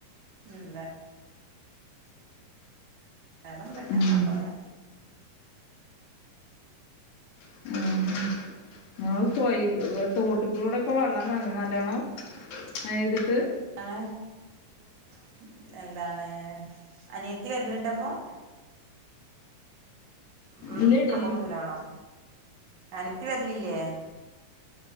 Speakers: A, on the right (about 50°); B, on the left (about 65°).
A: ണ്ടേ. വേറെന്തൊക്കെ
B: ഉം ഉം മ്മൾ പൊയില് തോട്ടിക്കൂടെക്കെ വെള്ളം വന്നോ നല്ലോണം മഴ പെയ്തിട്ട്.
A: <unintelligible> ന്താണ് അനിയത്തി വരല്ണ്ടപ്പൊ. ഉം
B: ഇല്ലടി
A: കൊണ്ട് വരണം അനയത്തി വരലില്ലേ.